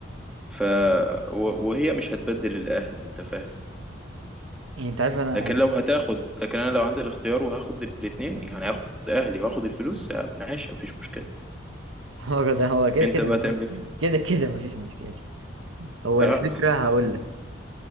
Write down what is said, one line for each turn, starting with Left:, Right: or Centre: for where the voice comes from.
Centre: ف و- وهي مش هتبدل الاهل انت فاهم
Right: يعني انت عارف انا
Centre: لكن
Right: انا
Centre: لو هتاخد لكن انا لو عندي الاختيار وهاخد الاثنين يعني هاخد اهلي واخد الفلوس آه، ماشي مفيش مشكله
Right: <laughs> هو ده هو كده
Centre: انت
Right: كده
Centre: بقى
Right: مفيش
Centre: تعمل ايه
Right: كده كده مفيش مشكله هو
Centre: اه
Right: الفكره هقول لك